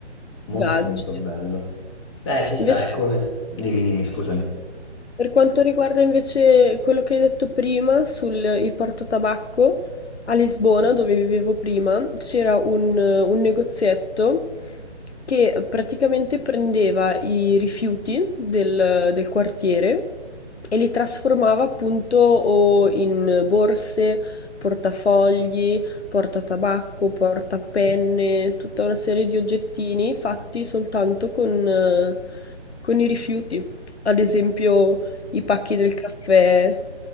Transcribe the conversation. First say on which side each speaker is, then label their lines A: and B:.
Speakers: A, on the left; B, on the left.
A: Molto
B: gadget.
A: molto bello. Beh, ci sta,
B: Invece
A: è come... Dimmi, dimmi, scusami.
B: Per quanto riguarda invece quello che hai detto prima sul il portatabacco, a Lisbona, dove vivevo prima, c'era un, un negozietto che praticamente prendeva i rifiuti del, del quartiere e li trasformava appunto o in borse, portafogli, portatabacco, portapenne, tutta una serie di oggettini fatti soltanto con, eh, con i rifiuti, ad esempio i pacchi del caffè